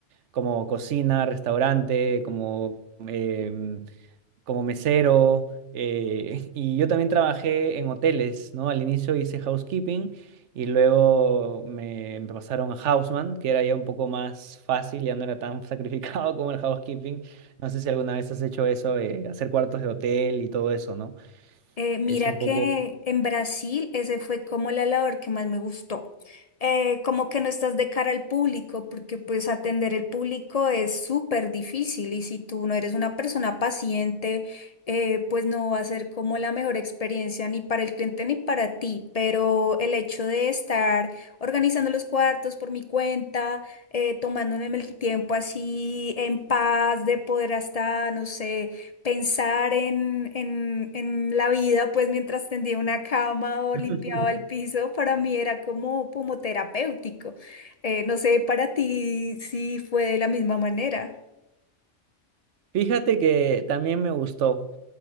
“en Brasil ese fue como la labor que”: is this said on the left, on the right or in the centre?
Left